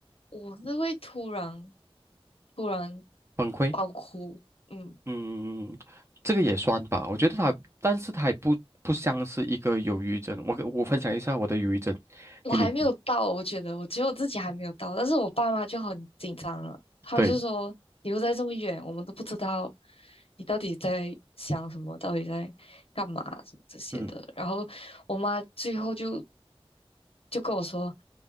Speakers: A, on the left; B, on the right.
A: 我是会突然突然
B: 崩溃。
A: 爆哭，嗯。
B: 嗯，这个也算吧，我觉得它，但是它也不不像是一个忧郁症。我跟我分享一下我的忧郁症
A: 我还没有到，
B: 给你听。
A: 我觉得我觉得我自己还没有到，但是我爸妈就很紧张了，他们就说你又在这么远，
B: 对，
A: 我们都不知道你到底在想什么，到底在干嘛什么这些的。
B: 嗯，
A: 然后我妈最后就就跟我说，